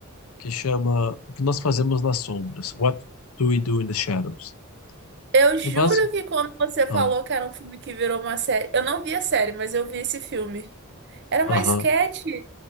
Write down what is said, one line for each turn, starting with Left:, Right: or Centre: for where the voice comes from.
Left: que chama O que Nós Fazemos nas Sombras, What Do We Do in the Shadows?
Right: Eu juro
Left: E basic...
Right: que quando você falou
Left: Ah,
Right: que era um filme que virou uma série, eu não vi a série, mas eu vi esse filme. Era uma
Left: aham.
Right: sketch.